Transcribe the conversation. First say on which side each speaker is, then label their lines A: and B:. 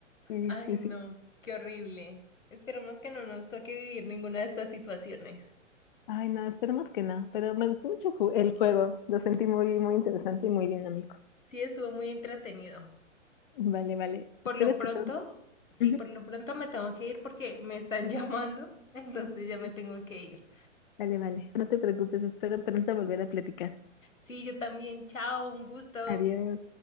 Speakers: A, on the left; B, on the left.
A: sí,
B: Ay,
A: sí,
B: no,
A: sí.
B: qué horrible. Esperemos que no nos toque vivir ninguna de estas situaciones.
A: Ay, no, esperemos que no, pero me gustó mucho ju- el juego, lo sentí muy, muy interesante y muy dinámico.
B: Sí, estuvo muy entretenido.
A: Vale, vale,
B: Por
A: espero
B: lo pronto,
A: que pronto.
B: sí,
A: Ujú,
B: por lo pronto me tengo que ir porque me están <laughs> llamando, entonces ya me
A: sí,
B: tengo que ir.
A: Vale, vale, no te preocupes, espero pronto volver a platicar.
B: Sí, yo también, chao, un gusto.
A: Adiós.